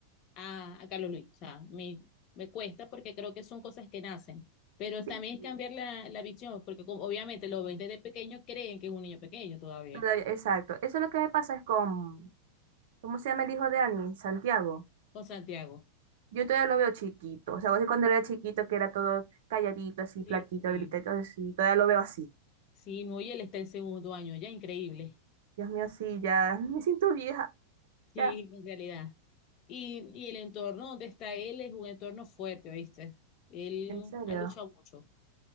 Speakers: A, on the left; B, on the right.
A: a, a Carlos Luis. O sea, me, me cuesta porque creo que son cosas que nacen. Pero
B: Sí,
A: también
B: sí.
A: es cambiar la, la visión, porque como obviamente los ven desde pequeño, creen que es un niño pequeño todavía,
B: Pero, Exacto. Eso es lo que me pasa es con, ¿cómo se llama el hijo de Ani? Santiago.
A: con Santiago.
B: Yo todavía lo veo chiquito. O sea, vos cuando era chiquito que era todo calladito, así,
A: Sí,
B: flaquito,
A: sí.
B: delicadito, así. Todavía lo veo así.
A: Sí, no, y él está en segundo año, ya increíble.
B: Dios mío, sí, ya me siento vieja.
A: Sí,
B: Ya,
A: en realidad. Y, y el entorno donde está él es un entorno fuerte, ¿oíste? Él
B: en serio.
A: ha luchado mucho.